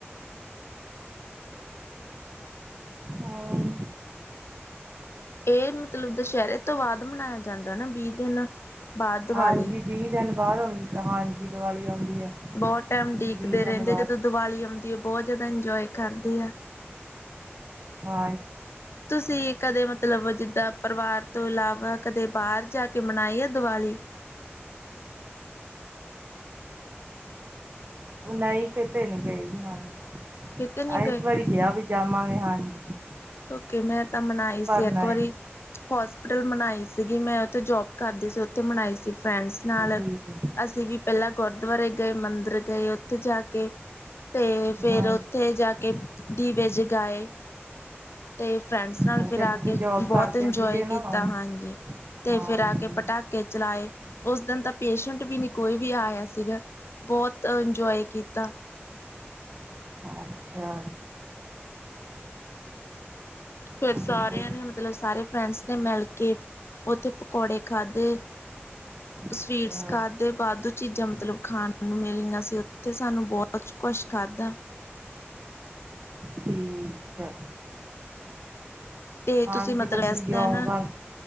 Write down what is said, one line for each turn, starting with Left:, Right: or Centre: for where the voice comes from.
Right: ਹੋਰ
Left: ਇਹ ਮਤਲਬ ਦੁਸਹਿਰੇ ਤੋਂ ਬਾਅਦ ਮਨਾਇਆ ਜਾਂਦਾ ਨਾ ਵੀਹ ਦਿਨ। ਬਾਅਦ ਦੀਵਾਲੀ
Right: ਹਾਂਜੀ ਵੀਹ ਦਿਨ ਬਾਅਦ ਹਾਂਜੀ ਦੀਵਾਲੀ ਆਉਂਦੀ ਆ।
Left: ਬਹੁਤ ਟਾਈਮ ਉਡੀਕਦੇ
Right: ਵੀਹ ਦਿਨ
Left: ਰਹਿੰਦੇ
Right: ਬਾਅਦ
Left: ਜਦੋਂ ਦੀਵਾਲੀ ਆਉਂਦੀ ਐ, ਬਹੁਤ ਜ਼ਿਆਦਾ ਇੰਨਜੋਏ ਕਰਦੇ ਆ।
Right: ਹਾ
Left: ਤੁਸੀਂ ਕਦੇ ਮਤਲਬ ਜਿੱਦਾਂ ਪਰਿਵਾਰ ਤੋਂ ਇਲਾਵਾ ਕਦੇ ਬਾਹਰ ਜਾ ਕੇ ਮਨਾਈ ਆ ਦਿਵਾਲੀ।
Right: ਨਹੀਂ ਕਿਤੇ ਨੀ ਗਈ, ਹਾਂਜੀ
Left: ਕਿਤੇ ਨਹੀਂ ਗਏ
Right: ਇਸ ਵਾਰੀ ਕਿਆ ਵੀ ਜਾਵਾਂਗੇ, ਹਾਂਜੀ।
Left: ਕਿਉਂਕਿ ਮੈਂ ਤਾਂ ਮਨਾਈ ਸੀ
Right: ਪਰ ਨਹੀਂ
Left: ਇੱਕ ਵਾਰੀ। ਹੋਸਪਿਟਲ ਬਣਾਈ ਸੀਗੀ, ਮੈਂ ਉੱਥੇ ਜੋਬ ਕਰਦੀ ਸੀ ਉੱਥੇ ਮਨਾਈ ਸੀ ਫਰੈਂਡਸ ਨਾਲ।
Right: ਠੀਕ
Left: ਅਸੀਂ ਵੀ ਪਹਿਲਾਂ ਗੁਰਦੁਆਰੇ ਗਏ ਮੰਦਿਰ ਗਏ ਉੱਥੇ ਜਾ ਕੇ ਤੇ ਫਿਰ
Right: ਹਾਂਜੀ
Left: ਤੇ ਜਾ ਕੇ ਦੀਵੇ ਜਗਾਏ। ਤੇ ਫਰੈਂਡਸ ਨਾਲ
Right: ਉਹ
Left: ਫਿਰ
Right: ਫੇਰ
Left: ਆ
Right: ਤੁਸੀਂ
Left: ਕੇ
Right: ਜੋਬ
Left: ਬਹੁਤ
Right: ਕਰਦੇ
Left: ਇੰਨਜੋਏ
Right: ਸੀਗੇ ਨਾ
Left: ਕੀਤਾ,
Right: ਹਾਂ
Left: ਹਾਂਜੀ ਤੇ
Right: ਹਾਂਜੀ
Left: ਫਿਰ ਆ ਕੇ ਪਟਾਕ -ਕੇ ਚਲਾਏ ਉਸ ਦਿਨ ਤਾਂ ਪੇਸ਼ੈਂਟ ਵੀ ਨੀ ਕੋਈ ਵੀ ਆਇਆ ਸੀਗਾ। ਬਹੁਤ ਇੰਨਜੋਏ ਕੀਤਾ।
Right: ਅੱਛਾ।
Left: ਫਿਰ
Right: ਹੋਰ
Left: ਸਾਰਿਆਂ ਨੇ ਮਤਲਬ ਸਾਰੇ ਫਰੈਂਡਸ ਨੇ ਮਿਲ ਕੇ ਉੱਥੇ ਪਕੌੜੇ ਖਾਂਦੇ। ਸਵੀਟਸ
Right: ਅੱਛਾ
Left: ਖਾਦੇ ਵਾਧੂ ਚੀਜ਼ਾਂ ਮਤਲਬ ਖਾਣ ਨੂੰ ਮਿਲੀਆਂ ਸੀ ਉੱਥੇ, ਸਾਨੂੰ ਬਹੁਤ ਕੁੱਛ ਖਾਂਦਾ।
Right: ਠੀਕ ਐ।
Left: ਤੇ
Right: ਹਾਂਜੀ
Left: ਤੁਸੀਂ ਮਤਲਬ
Right: ਫੇਰ
Left: ਐਸ
Right: ਤੁਸੀਂ ਜੋਬ
Left: ਦਿਨ
Right: ਕਰ